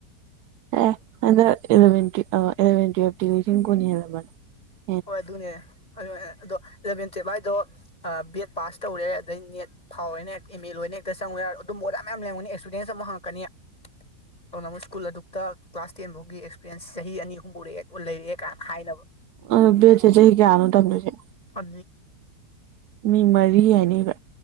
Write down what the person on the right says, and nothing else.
ꯑꯦꯚꯋꯚ ꯀꯂꯕꯅꯤ
ꯑꯣ ꯕꯦꯠꯁꯦ ꯆꯍꯤ ꯀꯌꯥꯅꯣ ꯇꯝꯗꯣꯏꯁꯦ
ꯃꯤ ꯃꯔꯤ ꯍꯥꯏꯅꯤꯕ